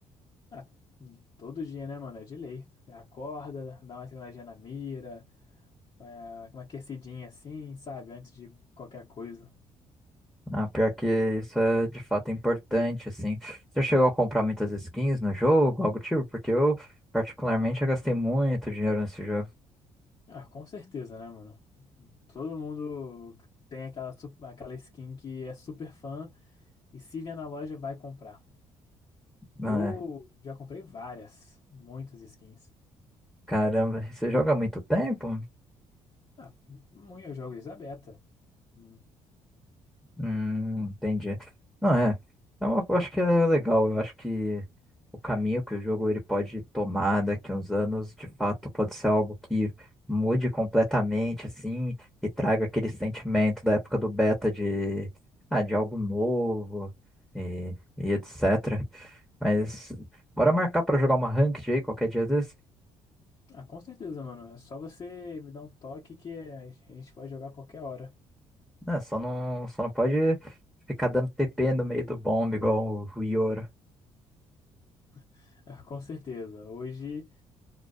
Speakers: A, on the left (about 45°); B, in the centre.
A: Ah, todo dia, né, mano? É de lei. Você acorda, dá uma seguradinha na mira, é, uma aquecidinha assim, sabe? Antes de qualquer coisa.
B: Ah, pior que isso é de fato importante, assim. Você chegou a comprar muitas skins no jogo, algo do tipo? Porque eu, particularmente, já gastei muito dinheiro nesse jogo.
A: Ah, com certeza, né, mano? Todo mundo tem aquela, su- aquela skin que é super fã e se vier na loja vai comprar. Eu
B: Ah, é.
A: já comprei várias, muitas skins.
B: caramba, você joga há muito tempo?
A: Ah, muito, eu jogo desde a beta. Hum.
B: Hum, entendi. Não, é. Eu, eu acho que é legal. Eu acho que o caminho que o jogo ele pode tomar daqui a uns anos, de fato, pode ser algo que mude completamente, assim, e traga aquele sentimento da época do beta de, ah, de algo novo e, e etc. Mas bora marcar pra jogar uma ranked aí qualquer dia desse.
A: Ah, com certeza, mano. É só você me dar um toque que a gente vai jogar a qualquer hora.
B: Né, só não, só não pode ficar dando TP no meio do bombe igual o o Yoro.
A: <laughs> Com certeza. Hoje,